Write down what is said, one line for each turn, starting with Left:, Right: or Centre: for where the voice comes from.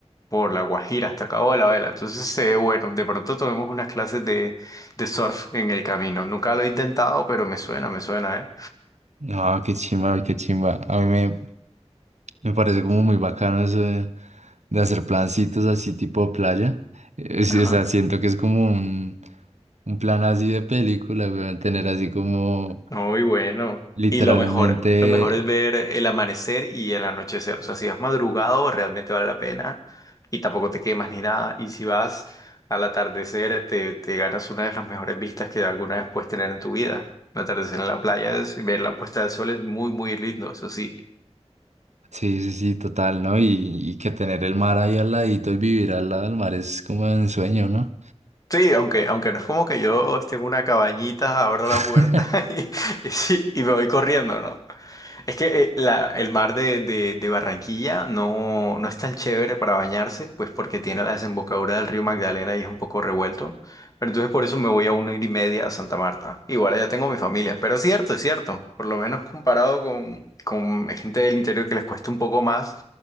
Left: por La Guajira hasta Cabo de la Vela. Entonces, eh, bueno, de pronto tomemos unas clases de, de surf en el camino. Nunca lo he intentado, pero me suena, me suena, ¿eh?
Right: No, qué chimba, qué chimba. A mí me, me parece como muy bacano eso de, de hacer plancitos así tipo playa. Eh, sí,
Left: Ajá.
Right: o sea, siento que es como un, un plan así de película, weón, tener así como
Left: Muy bueno.
Right: literalmente,
Left: Y lo mejor, lo mejor es ver el amanecer y el anochecer. O sea, si vas madrugado, realmente vale la pena. Y tampoco te quemas ni nada. Y si vas al atardecer, te, te ganas una de las mejores vistas que alguna vez puedes tener en tu vida. El atardecer en la playa, es, ver la puesta del sol es muy, muy lindo, eso sí.
Right: sí, sí, sí, total, ¿no? Y, y que tener el mar ahí al ladito y vivir al lado del mar es como un sueño, ¿no?
Left: Sí, aunque, aunque no es como que yo esté en una cabañita, abro
Right: <laughs>
Left: la puerta <laughs> y, y sí, y me voy corriendo, ¿no? Es que eh, la- el mar de, de- de Barranquilla no, no es tan chévere para bañarse, pues porque tiene la desembocadura del río Magdalena y es un poco revuelto. Pero entonces por eso me voy a una hora y media a Santa Marta. Igual allá tengo mi familia. Pero es cierto, es cierto. Por lo menos comparado con, con gente del interior que les cuesta un poco más.